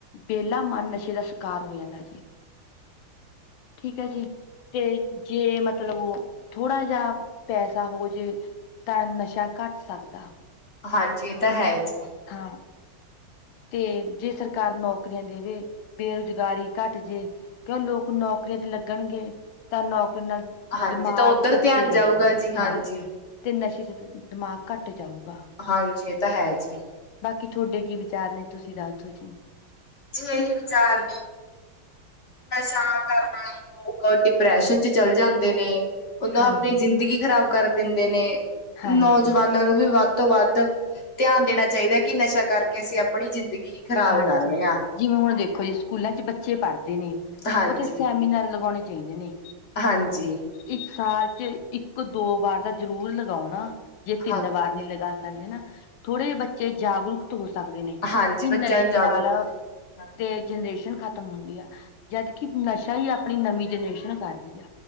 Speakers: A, on the left; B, on the left.
A: ਵਿਹਲਾ ਮਨ ਨਸ਼ੇ ਦਾ ਸ਼ਿਕਾਰ ਹੋ ਜਾਂਦਾ ਸੀ ਠੀਕ ਹੈ ਜੀ ਤੇ ਜੇ ਮਤਲਬ ਉਹ ਥੋੜਾ ਜਿਹਾ ਪੈਸਾ ਹੋ ਜੇ ਤਾਂ ਨਸ਼ਾ ਘੱਟ ਸਕਦਾ
B: ਹਾਂਜੀ ਇਹ ਤਾਂ ਹੈ ਜੀ।
A: ਹਾਂ ਤੇ ਜੇ ਸਰਕਾਰ ਨੌਕਰੀਆਂ ਦੇਵੇ ਬੇਰੁਜ਼ਗਾਰੀ ਘੱਟ ਜੇ ਕਿਉਂ ਲੋਕ ਨੌਕਰੀਆਂ ਲੱਗਣਗੇ ਤਾਂ ਨੌਕਰੀ ਆਪ
B: ਹਾਂਜੀ
A: ਦਿਮਾਗ
B: ਤਾਂ ਉੱਧਰ
A: ਉੱਥੇ
B: ਧਿਆਨ
A: ਰਹੇਗਾ।
B: ਜਾਊਗਾ ਜੀ ਹਾਂਜੀ,
A: ਹਾਂ, ਤੇ ਨਸ਼ੇ ਚ ਦਿਮਾਗ ਘੱਟ ਜਾਊਗਾ ਹਾਂ
B: ਹਾਂਜੀ ।ਇਹ ਤਾਂ ਹੈ ਜੀ।
A: ਬਾਕੀ ਤੁਹਾਡੇ ਕੀ ਵਿਚਾਰ ਨੇ ਤੁਸੀਂ ਦੱਸਦੋ ਜੀ?
B: ਜੇ ਏਹੀਂ ਵਿਚਾਰ ਨਸ਼ਾ ਕਰਨਾ। ਲੋਕ ਡਿਪਰੈਸ਼ਨ ਚ ਚੱਲ ਜਾਂਦੇ ਨੇ ਉਹਨਾਂ
A: ਹਾਂਜੀ
B: ਆਪਣੀ ਜ਼ਿੰਦਗੀ ਖਰਾਬ ਕਰ ਦਿੰਦੇ ਨੇ।
A: ਹਾਂਜੀ
B: ਨੌਜਵਾਨਾਂ ਨੂੰ ਵੀ ਵੱਧ ਤੋਂ ਵੱਧ ਧਿਆਨ ਦੇਣਾ ਚਾਹੀਦਾ ਕਿ ਨਸ਼ਾ ਕਰਕੇ ਅਸੀਂ ਆਪਣੀ ਜ਼ਿੰਦਗੀ ਖ਼ਰਾਬ
A: ਹਾਂਜੀ।
B: ਕਰ ਰਹੇ ਹਾਂ
A: ਜਿਵੇਂ ਹੁਣ ਦੇਖੋ ਜੀ ਸਕੂਲਾਂ ਚ ਬੱਚੇ ਪੜ੍ਹਦੇ ਨੇ
B: ਹਾਂਜੀ
A: ਉੱਥੇ ਸਿਆਮੀ ਨਾਰ ਲਗਾਉਣੇ ਚਾਹੀਦੇ ਨੇ।
B: ਹਾਂਜੀ।
A: ਇੱਕ ਸਾਲ ਚ ਇੱਕ- ਦੋ ਵਾਰ ਤਾਂ ਜ਼ਰੂਰ ਲਗਾਉਣਾ। ਜੇ ਤਿੰਨ
B: ਹਾਂਜੀ
A: ਵਾਰ ਨੀ ਲਗਾ ਸਕ ਹਨਾ ਥੋੜੇ ਜਿਹੇ ਬੱਚੇ ਜਾਗਰੂਕਤ ਹੋ ਸਕਦੇ ਨੇ। ਕਿ
B: ਹਾਂਜੀ ਬੱਚਿਆਂ
A: ਨਸ਼ੇ
B: ਨੂੰ ਜਾਗਰੂਕ
A: ਨਾਲ,
B: ਹਾਂਜੀ
A: ਤੇ ਜਨਰੇਸ਼ਨ ਖ ਖਤਮ ਹੁੰਦੀ ਆ। ਜਦਕਿ ਨਸ਼ਾ ਹੀ ਆਪਣੀ ਨਵੀਂ ਜਨਰੇਸ਼ਨ ਕਰ ਰਦੀ ਆ